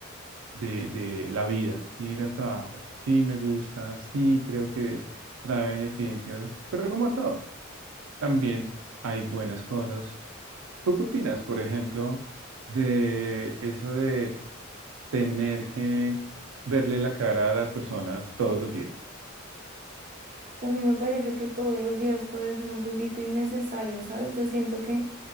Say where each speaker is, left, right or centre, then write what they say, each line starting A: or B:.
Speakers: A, on the right; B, on the right.
A: de, de la vida, ir al trabajo. Sí me gusta, sí creo que trae beneficios, pero como todo también hay buenas cosas. ¿Tú qué opinas, por ejemplo, de eso de tener que verle la cara a las personas todos los días?
B: Y A mí me parece que todos los días puede ser un poquito innecesario, ¿sabes? Yo siento que